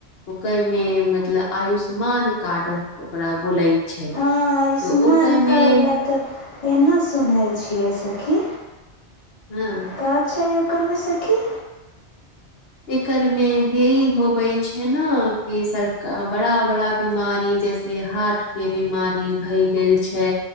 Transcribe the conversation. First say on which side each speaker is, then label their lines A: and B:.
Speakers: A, on the left (about 65°); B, on the left (about 30°).
A: ओकइ मे मतलब आयुष्मान कार्ड ओकरा बोलै छै
B: हा आयुष्मन
A: तऽ ओकरे
B: कार्ड
A: में
B: ला त ऐन सुनइ छियइ सखी
A: हँ
B: का छै ओकरमे सखी
A: एकर मे यहि होबै छै न कि सर बड़ा बड़ा बीमारी जैसे हार्ट के बीमारी भए गेल छै